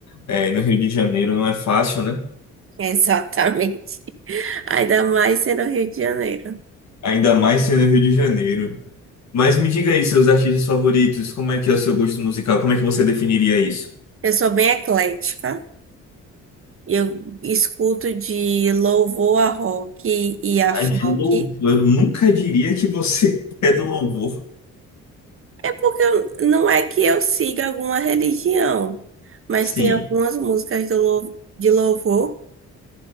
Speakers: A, on the left; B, on the right.
A: É, no Rio de Janeiro não é fácil, né?
B: Exatamente. <laughs> Ainda mais sendo Rio de Janeiro.
A: Ainda mais sendo Rio de Janeiro. Mas me diga aí, seus artistas favoritos, como é que é o seu gosto musical? Como é que você definiria isso?
B: Eu sou bem eclética. Eu escuto de louvor a rock e a
A: Ah,
B: funk.
A: de louvor. Eu nunca diria que você <laughs> é do louvor.
B: É porque eu- não é que eu siga alguma religião, mas
A: Sim.
B: tem algumas músicas do, lou- de louvor